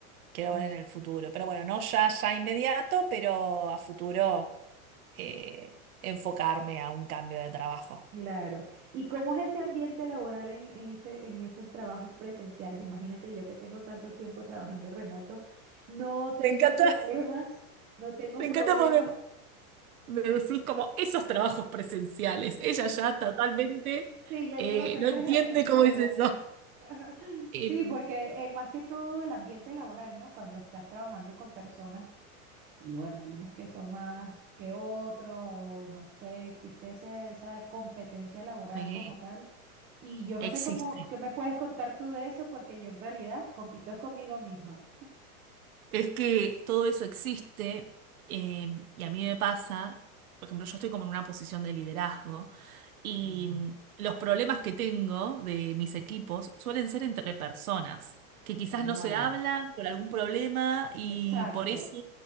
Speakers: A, on the right; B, on the right.
A: quiero
B: Mm.
A: ver en el futuro. Pero bueno, no ya, ya inmediato, pero a futuro eh, enfocarme a un cambio de trabajo.
B: Claro. ¿Y cómo es ese ambiente laboral en, en ese- en esos trabajos presenciales? Imagínate yo que tengo tanto tiempo trabajando remoto, no tengo
A: Me encanta,
B: problemas, no
A: <laughs>
B: tengo
A: me
B: problemas.
A: encanta porque me decís como esos trabajos presenciales. Ella ya totalmente
B: Sí, ya
A: eh,
B: yo no sé
A: no
B: qué
A: entiende
B: es eso en
A: cómo
B: realidad.
A: es eso.
B: <laughs>
A: Y,
B: Sí, porque eh, más que todo el ambiente laboral, ¿no? Cuando estás trabajando con personas y bueno, hay unos que son más que otros, o no sé, existe ese- esa competencia laboral
A: sí,
B: como tal. Y yo no
A: existe.
B: sé cómo, qué me puedes contar tú de eso, porque yo en realidad compito es conmigo misma.
A: Es que todo eso existe eh, y a mí me pasa, por ejemplo, yo estoy como en una posición de liderazgo y
B: Mm,
A: mm, los problemas que tengo de mis equipos suelen ser entre personas, que quizás
B: wow.
A: no se hablan por algún problema y
B: Exacto,
A: por eso